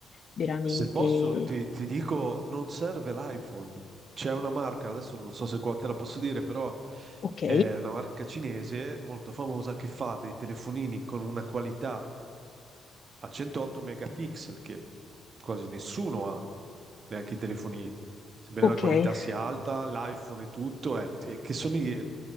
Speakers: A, on the left (about 45°); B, on the right (about 45°).
A: veramente
B: se posso ti, ti dico, non serve l'iPhone. C'è una marca, adesso non so se qua te la posso dire, però
A: ok.
B: è una marca cinese molto famosa che fa dei telefonini con una qualità a 108 megapixel che quasi nessuno ha, neanche i telefoni, sebbene
A: Okay,
B: la qualità sia alta, l'iPhone e tutto, eh, che che sono i,